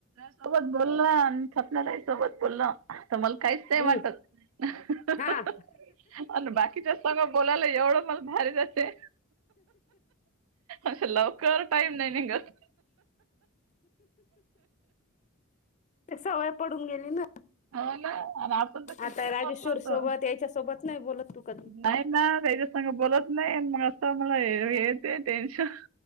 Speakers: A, on the right; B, on the left.
A: सोबत बोल आणि सपनाताई सोबत बोल. आता मला काहीच नाही
B: हम्म
A: वाटत,
B: हा
A: आणि बाकीच्या सगळं. बोलायला एवढं मला भारी जाते. अशे लवकर टाईम नाही निघत.
B: ते सवय पडून गेली ना.
A: हो ना आणि आपण तर कितीही
B: आता राजेश्वर
A: बोललो तर
B: सोबत याच्या, सोबत नाही बोलत तू कधी.
A: नाही ना त्याच्या संग बोलत नाही, मग असं मला येतंय टेन्शन.